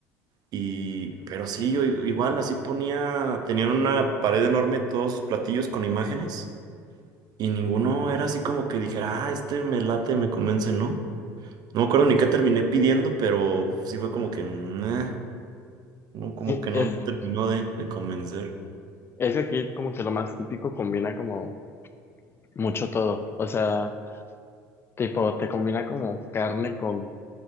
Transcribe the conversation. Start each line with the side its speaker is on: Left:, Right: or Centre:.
Right: Y, pero sí, yo i- igual así ponía, tenían una pared enorme todos sus platillos con imágenes y ninguno era así como que dijera, ah, este me late, me convence, ¿no? No me acuerdo ni qué terminé pidiendo, pero sí fue como que, "Meh", no, como
Left: Sí,
Right: que no
Left: es,
Right: me terminó de, de convencer.
Left: es que aquí como que lo más típico combina como mucho todo. O sea, tipo, te combina como carne con